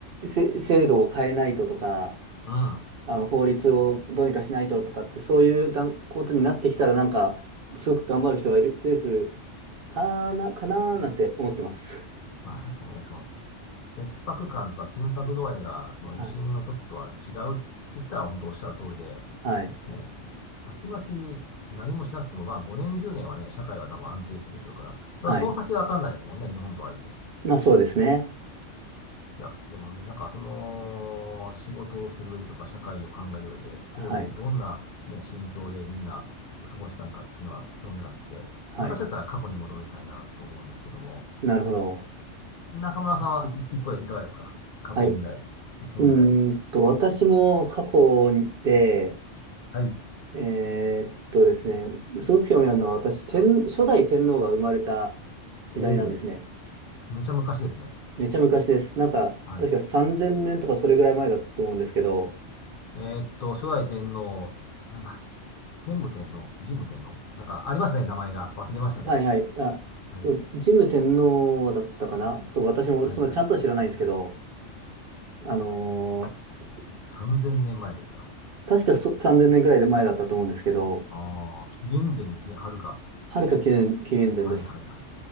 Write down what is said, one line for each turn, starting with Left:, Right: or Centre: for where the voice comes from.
Right: せ制度を変えないととか、
Left: ま
Right: あの法律をどうにかしないととかって、そういうだんことになってきたら、なんか、すごく頑張る人がいる、出てくるかな、かなーなんて思ってます。
Left: あ、確かにね、その、切迫感とか緊迫度合いが、その、
Right: はい。
Left: 維新の時とは違うって言ったら、本当おっしゃる通りで、
Right: はい。
Left: ね、たちまち何もしなくても、まあ、5年、10年はね、社会は多分安定するでしょうから、ただ、
Right: はい。
Left: その先はわかんないですもんね、日本とはいえ。
Right: まあそうですね。
Left: いや、でもね、なんかその、仕事をする上でとか、社会を考える上で、当時どんなね、
Right: はい。
Left: 心境でみんな過ごしたのかっていうのは興味があって、
Right: はい。
Left: 私だったら過去に戻りたいなと思うんですけども、
Right: なるほど。
Left: 中村さんはい一方でいかがですか過去、
Right: あはい。
Left: 未来、
Right: う
Left: いつの時代。
Right: ーんと、私も過去で、
Left: はい。
Right: えーっとですね、すごく興味あるのは、私、天、初代天皇が生まれた時代なんですね。
Left: おお。めちゃ昔ですね。
Right: めちゃ昔です。なんか、
Left: はい。
Right: 確か3000年とかそれぐらい前だと思うんですけど、
Left: えーっと、初代天皇、なんだ、天武天皇、神武天皇、なんかありますね、名前が。忘れましたけど。
Right: はいはい。あ、
Left: はい。
Right: と、神武天皇だったかなちょっと私もそんなちゃんとは知らないんですけど、
Left: はいはい。
Right: あのー
Left: 3000年前ですか。
Right: 確かそ3000年ぐらい前だったと思うんですけど、
Left: ああ、現前ですね、はるか。
Right: はるか紀元、紀元前です。
Left: はいはいはい。